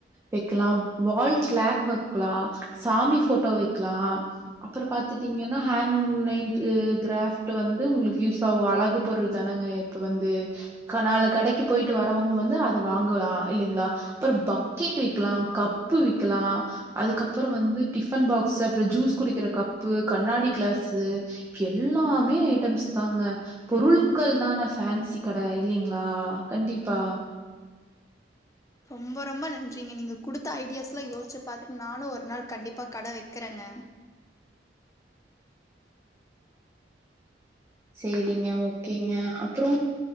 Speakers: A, on the right; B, on the left.
A: வெக்கலா வால் க்ளேக் வக்கலா சாமி போட்டோ வெக்கலா அப்புறோ பாத்துட்டீங்கன <unintelligible> து கிராப்ட் வந்து உங்களுக்கு யூஸ் ஆவு அழகு பெருள் தனங்க இப்ப வந்து க நாலு கடைக்கு போயிட்டு வரவங்க வந்து அத வாங்குலா இல்லைங்களா அப்புறோ பக்கெட்டு விக்கலா கப்பு விக்கலா அதுக்குப் அப்புற வந்து டிஃபன் பாக்ஸ் அப்புற ஜூஸ் குடிக்கிற கப்பு கண்ணாடி கிளாஸு எல்லாமே ஐட்டம்ஸ் தாங்க பொருள்கள் தான ஃபான்சி கடை இல்லைங்களா கண்டிப்பா
B: ரொம்ப ரொம்ப நன்றிங்க நீங்க <unintelligible> குடுத்த ஐடியாஸ்லா யோசிச்சு பாத்துட்டு நானு ஒரு நாள் கண்டிப்பா கடை வெக்கிறேங்க
A: சேரிங்க ஓக்கேங்க அப்புறோ